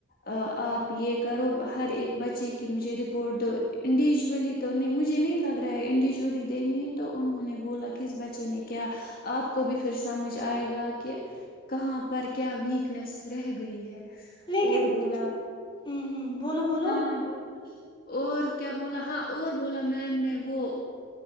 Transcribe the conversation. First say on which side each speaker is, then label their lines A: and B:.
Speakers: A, on the left (about 50°); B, on the left (about 25°).
A: آپ یہ کرو ہر ایک بچے کی مجھے رپورٹ دو انڈیویژولی تو نہیں مجھے نہیں لگ رہا ہے انڈیویژولی دینی ہے تو انہوں نے بولا کس بچے نے کیا آپ کو بھی پھر سمجھ آئے گا کہ کہ کہاں پر کیا ویکنیس رہ گئی ہے
B: لیکن
A: اور بولا
B: ہوں ہوں بولو بولو
A: ہاں ہاں ب اور کیا بولا ہاں اور بولا میم نے وہ